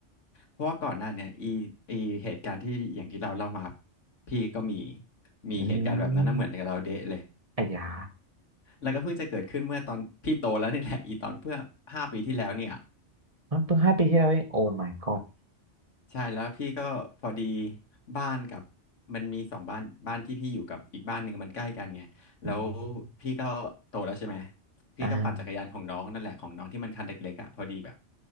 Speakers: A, on the left; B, on the right.
A: เพราะว่าก่อนหน้าเนี่ยอีอีเหตุการณ์ที่อย่างที่เราเล่ามาพี่ก็มีมีเหตุการณ์แบบนั้นนะเหมือนกับเราเดะเลย
B: อืมไอ้ยา
A: แล้วก็เพิ่งจะเกิดขึ้นเมื่อตอนพี่โตแล้วนี่แหละอีตอนเพื่อห้าปีที่แล้วเนี่ย
B: มันเพิ่งห้าปีที่แล้วเองโอ้ my god
A: ใช่แล้วพี่ก็พอดีบ้านกับมันมีสองบ้านบ้านที่พี่อยู่กับอีกบ้านหนึ่งมันใกล้กันไงแล้ว
B: อืม
A: พี่ก็โตแล้วใช่ไหมพี่ก็ปั่นจักรยานของน้องนั่นแหละของน้องที่มันคันเล็กๆอ่ะพอดีแบบ
B: อ่า